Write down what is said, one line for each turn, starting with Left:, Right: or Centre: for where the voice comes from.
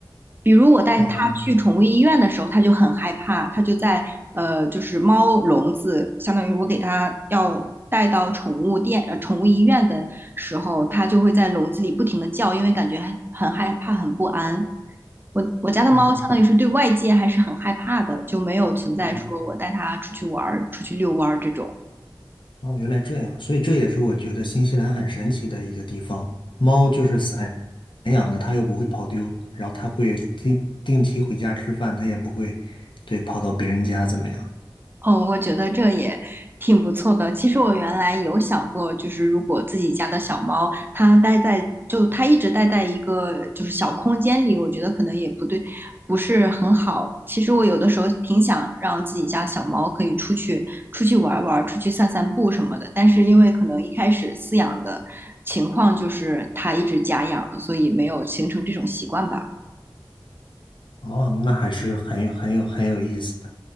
Right: 比如我带他去宠物医院的时候，
Left: 哦。
Right: 他就很害怕，他就在呃，就是猫笼子，相当于我给他要带到宠物店、呃宠物医院的时候，他就会在笼子里不停的叫，因为感觉很很害怕、很不安。我我家的猫相当于是对外界还是很害怕的，
Left: 嗯，
Right: 就没有存在说我带它出去玩儿、
Left: 哦，
Right: 出去遛弯儿这种。
Left: 哦，原来这样，所以这也是我觉得新西兰很神奇的一个地方。猫就是散养的，它又不会跑丢，然后它会定定期回家吃饭，它也不会对跑到别人家怎么样。
Right: 哦，我觉得这也挺不错的。其实我原来有想过，就是如果自己家的小猫它待在，就它一直待在一个就是小空间里，我觉得可能也不对，不是很好。其实我有的时候挺想让自己家小猫可以出去出去玩儿玩儿，出去散散步什么的。但是因为可能一开始饲养的情况就是它一直家养的，所以没有形成这种习惯吧。
Left: 哦，那还是很有很有很有意思的。